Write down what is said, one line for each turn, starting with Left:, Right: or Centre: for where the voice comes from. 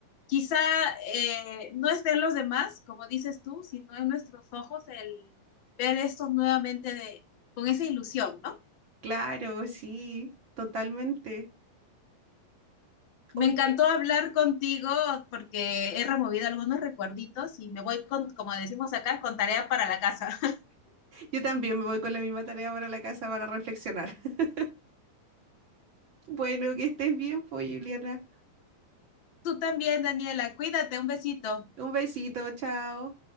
Left: quizá eh, no estén los demás, como dices tú, sino en nuestros ojos el ver esto nuevamente de, con esa ilusión, ¿no?
Right: claro, sí, totalmente.
Left: Me
Right: Oye,
Left: encantó hablar contigo porque he removido algunos recuerditos y me voy, con, como decimos acá, con tarea para la casa. <laughs>
Right: yo también me voy con la misma tarea para la casa para reflexionar. <laughs> Bueno, que estés bien, pues, Juliana.
Left: Tú también, Daniela. Cuídate, un besito.
Right: Un besito, chao.